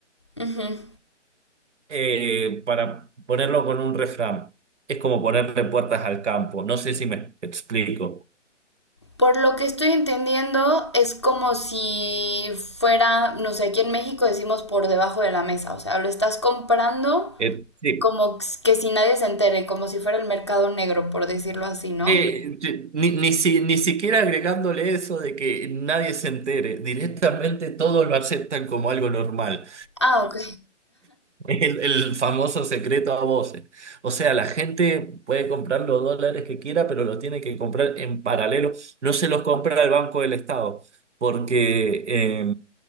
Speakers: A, on the left (about 25°); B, on the right (about 70°).
A: Ujú.
B: eh, para ponerlo con un refrán, es como ponerle puertas al campo. No sé si me explico.
A: Por lo que estoy entendiendo, es como si fuera, no sé, aquí en México decimos por debajo de la mesa, o sea, lo estás comprando
B: Eh, sí.
A: como que si nadie se entere, como si fuera el mercado negro, por decirlo así, ¿no?
B: Eh, yo- ni, ni, si- ni siquiera agregándole eso de que nadie se entere, directamente todos lo aceptan como algo normal.
A: Ah, ok,
B: El, el famoso secreto a voces. O sea, la gente puede comprar los dólares que quiera, pero los tiene que comprar en paralelo. No se los compra el Banco del Estado, porque eh,